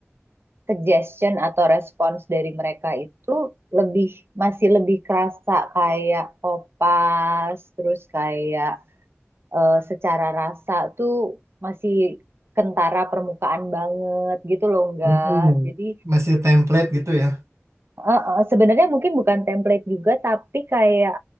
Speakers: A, on the right; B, on the right.
A: suggestion atau respons dari mereka itu lebih masih lebih kerasa kayak kopas, terus kayak eh, secara rasa tuh masih kentara permukaan banget gitu loh enggak.
B: Mm-mm.
A: Jadi
B: masih template gitu ya.
A: eh, eh, sebenarnya mungkin bukan template juga, tapi kayak